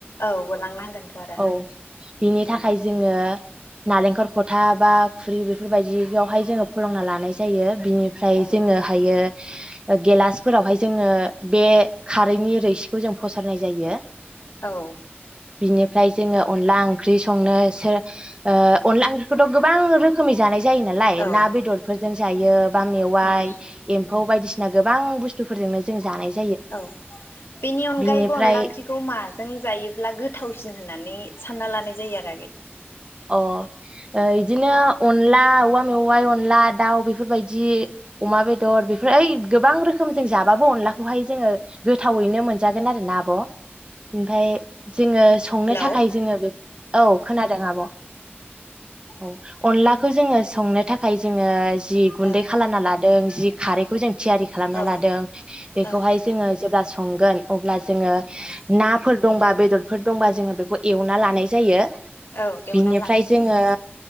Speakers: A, on the left (about 75°); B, on the right (about 25°).
A: औ गलांनांगोनथ' आरो
B: औ बिनि थाखाय
A: उम
B: जोङो नालेंखर खथा बा खुरि बेफोरबायदियावहाय जोङो फलंना लानाय जायो बिनि
A: औ
B: जोङो हायो। गेलास फोरावहाय जोङो बे खारैनि रोसि खौ जों फसरनाय जायो
A: औ
B: बिनि ओमफ्राय जोङो अनला ओंख्रि संनो सो ओ अनला ओंख्रिखौथ गोबां रोखोमै जानाय जायो नालाय
A: औ
B: ना बेदरफोरजों जायो बा मेवाइ
A: उम
B: एम्फौ बायदिसिना गोबां गोबां बुस्थुफोरजोंनो जों जानाय जा
A: औ बेनि अनगायैबो
B: बिनिफ्राय
A: अनला ओंख्रिखौ माजों जायोब्ला गोथावसिन होननानै सानना लानाय जायो आरो आगै
B: अ बिदिनो अनला औवा मेवाय अनला दाउ बेफोरबायदि अमा बेदर बेफोर ओइ गोबां रोखोम जों जाबाबो अनलाखौहाय जोङो गोथावैनो मोनजागोन आरो ना आब ओमफ्राय जोङो संनो
A: हेलौ
B: थाखाय जोङो बे औ खोनादों आब' औ अनलाखौ जोङो संनो थाखाय जोङो जि गुन्दै
A: ओं
B: खालामना लादों जि खारैखौ जों थियारि खालामना
A: औ
B: लादों बेखौहाय
A: ओं
B: जोङो जेब्ला संगोन अब्ला जोङो
A: ओं
B: नाफोर दंबा बेदरफोर दंबा जोङो बेखौ एवना लानाय जायो।
A: औ एवना
B: बिनिफ्राय
A: लानानै
B: जोङो
A: दे